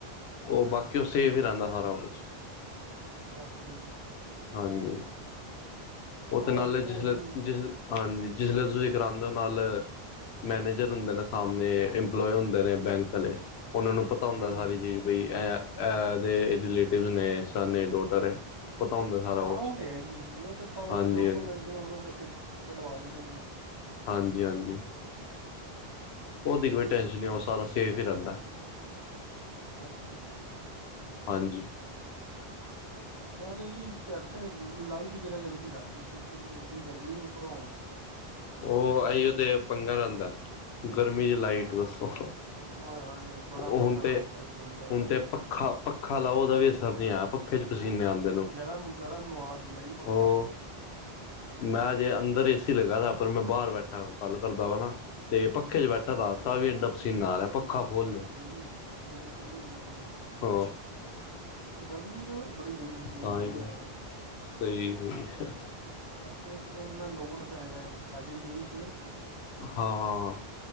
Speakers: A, on the left (about 85°); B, on the right (about 30°).
A: ਉਹ ਬਾਕੀ ਉਹ ਸੇਫ ਹੀ ਰਹਿੰਦਾ ਸਾਰਾ ਕੁਛ
B: ਅੱਛਾ ਅੱਛਾ ਜੀ
A: ਹਾਂਜੀ ਉਹ
B: ਮੈਂ
A: ਤੇ ਨਾਲ
B: ਉੱਥੇ
A: ਜਿਸਲੇ
B: ਜੀ
A: ਜਿਸ ਹਾਂਜੀ ਜਿਸਲੇ ਤੁਸੀਂ ਕਰਾਂਉਦੇ ਹੋ ਨਾਲ ਮੈਨੇਜਰ ਹੁੰਦੇ ਨੇ ਸਾਹਮਣੇ ਇੰਪਲੋਏ ਹੁੰਦੇ ਨੇ ਬੈਂਕ ਵਾਲੇ ਉਹਨਾਂ ਨੂੰ ਪਤਾ ਪਤਾ ਹੁੰਦਾ
B: ਹਾਂਜੀ
A: ਸਾਰੀ ਚੀਜ਼ ਬਈ ਇਹ ਇਹਦੇ ਰਿਲੇਟਿਵ ਨੇ, ਸੰਨ ਏ ਡੋਟਰ ਹੈ ਪਤਾ ਹੁੰਦਾ ਸਾਰਾ
B: ਹਾਂ
A: ਕੁਛ
B: ਉਹ ਤੇ ਹੈ ਹੀ, ਉਹ ਤੇ ਸਭ
A: ਹਾਂਜੀ
B: ਡਾਕੂਮੈਂਟ
A: ਹਾਂਜੀ
B: ਉਹਨਾਂ ਦੇ ਕਢਵਾ ਲੈਣੇ ਨੇ
A: ਹਾਂਜੀ ਹਾਂਜੀ ਉਹਦੀ ਕੋਈ ਟੈਨਸ਼ਨ ਨਹੀਂ ਉਹ ਸਾਰਾ ਸੇਫ ਹੀ ਰਹਿੰਦਾ
B: ਅੱਛਾ ਅੱਛਾ ਜੀ
A: ਹਾਂਜੀ <inaudible>
B: ਮੈਂ ਤੇ ਜੀ, ਇੱਥੇ ਲਾਈਟ ਹੀ ਚਲੇ ਜਾਂਦੀ ਰਾਤੀ ਏਡੀ ਗਰਮੀ ਉਪਰੋਂ
A: ਉਹ ਆਈ ਓ ਤੇ ਪੰਗਾ ਰਹਿੰਦਾ, ਗਰਮੀ ਚ ਲਾਈਟ ਦੱਸੋ।
B: ਹੋਏ ਹੋਏ ਬੜਾ
A: ਉਹ
B: ਪਰੇਸ਼ਾਨ
A: ਹੁਣ ਤੇ
B: ਹੁੰਦਾ ਈ ਬੰਦਾ।
A: ਹੁਣ ਤੇ ਪੱਖਾ ਪੱਖਾ ਲਾਓ ਉਹਦਾ ਵੀ ਅਸਰ ਨਹੀਂ ਆਇਆ ਪੱਖੇ ਚ ਪਸੀਨੇ ਆਂਦੇ।
B: ਗਰਮ-ਗਰਮ ਵਾਅ ਦਿੰਦਾ ਈ ਪੱਖਾ।
A: ਉਹ ਮੈਂ ਜੇ ਅੰਦਰ ਏ-ਸੀ ਲਗਾਦਾ ਪਰ ਮੈਂ ਬਾਹਰ ਬੈਠਾ ਗੱਲ ਕਰਦਾ ਵਾ ਨਾ। ਤੇ ਪੱਖੇ
B: ਹੂੰ
A: ਚ ਬੈਠਾ ਤਾਂ ਵੀ ਏਨਾ ਪਸੀਨਾ ਆ ਰਿਹਾ ਪੱਖਾ ਫੁੱਲ ਏ
B: ਬਿਲਕ ਬਿਲਕੁਲ ਜੀ ਬਿਲਕੁਲ।
A: ਹਾਂ।
B: ਗਰਮੀ ਤਾਂ ਬੜੀ ਗੰਦੀ ਚੀਜ਼
A: ਤਾਂ
B: ਹੈਗੀ
A: ਹੀ ਕਿਹਾ,
B: ਜੀ ਗਰਮੀ
A: ਸਹੀ ਵੀ ਆ।
B: ਇੱਥੇ ਇੱਕ ਤੇ ਇੰਨਾ ਲੋਡ ਦਾ ਹੈਗਾ ਏ ਸਾਡੀ ਗਲੀ ਚ।
A: ਹਾਂ।